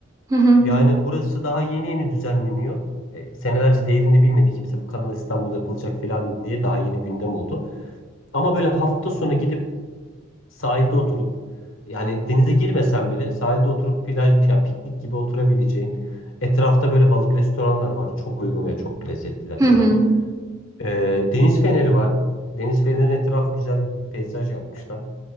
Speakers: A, on the right; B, on the left.
A: Hı hı.
B: Yani burası daha yeni yeni düzenleniyor. E, senelerce değerini bilmedi kimse bu Kanal İstanbul yapılacak falan diye daha yeni gündem oldu. Ama böyle hafta sonu gidip sahilde oturup yani denize girmesen bile sahilde oturup plaj ya piknik gibi oturabileceğin etrafta böyle balık restoranlar var. Çok uygun ve çok lezzetliler
A: Hı
B: inan.
A: hı.
B: E, deniz feneri var. Deniz fenerinin etrafı güzel bir peyzaj yapmışlar.